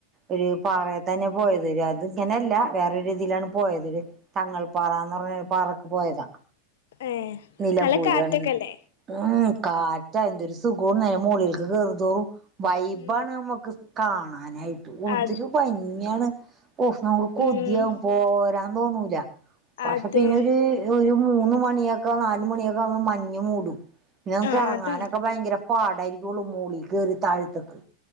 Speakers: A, on the right (about 25°); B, on the left (about 55°).
A: ഒരു പാറയ തന്നെ പോയത് ഒരു അത് ഇങ്ങനെയല്ല വേറൊര് രീതിയിലാണ് പോയത് തങ്ങൽപ്പാറാന്ന് പറഞ്ഞ പാറക്ക് പോയതാ
B: ഏഹ്
A: നിലമ്പൂരാണ്
B: നല്ല കാറ്റൊക്കെല്ലേ
A: ഉം കാറ്റാ എന്തൊരു സുഖോണ് നേ മോളിലേക്ക് കേറുംതോറും വൈബാണ്
B: ഉം
A: നമുക്ക് കാണാനായിട്ട് ഒതിരു
B: അ
A: ഭംഗിയാണ് ഹോ കൊതിയാകും
B: ഉം
A: പോരാൻ തോന്നൂല പക്ഷെ
B: അതെ
A: പിന്നൊരു ഒര് മൂന്ന് മണിയക്കെ നാല് മണിയൊക്കെ ആമ്പൊ മഞ്ഞ് മൂടും പിന്നമക്ക്
B: ആ
A: എറങ്ങാനൊക്കെ
B: അതാണ്
A: ഭയങ്കര പാടായിരിക്കൊള്ളൂ മോളി കേറി താഴത്തക്ക്